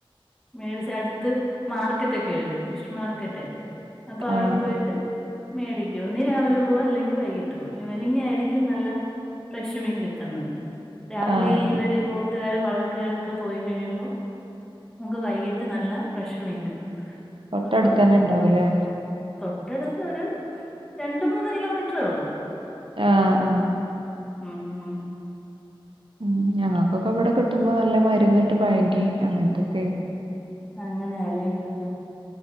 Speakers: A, in the centre; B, on the right.
A: മേടിച്ച അടുത്ത് മാർക്കറ്റ് ഒക്കെയുണ്ട്.. ഫിഷ് മാർക്കറ്റേ അപ്പൊ അവിടെ
B: ആഹ്
A: പോയിട്ട്.. മേടിക്കും ഒന്ന് രാവിലെ പോവും അല്ലെങ്കിൽ വൈകിട്ട് പോവും ഈവനിംഗ് ആായിരിക്കും നല്ല.. ഫ്രഷ് മീൻ കിട്ടുന്നത്.. രാവിലെ
B: ആഹ്
A: ഈവരെ ബോട്ടുകാരും വള്ളക്കാരും ഒക്കെ പോയി കഴിയുമ്പോം., നമുക്ക് വൈകിട്ട് നല്ല ഫ്രഷ് മീൻ കിട്ടും..
B: തൊട്ടടുത്ത്
A: അപ്പൊ
B: തന്നെ ഇണ്ടാവൂല്ലെ..
A: തൊട്ടടുത്ത് ഒരു രണ്ട് മൂന്ന് കിലോമീറ്ററേ ഉള്ളൂ.
B: ആ ആ..
A: ഉം..
B: ഉ ഞങ്ങൾക്കൊക്കെ ഇവിടെ കിട്ടുമ്പോ നല്ല മരുന്നിട്ട് പഴകി അങ്ങനത്തൊക്കെ..
A: അങ്ങനെയല്ല ട്ടുന്ന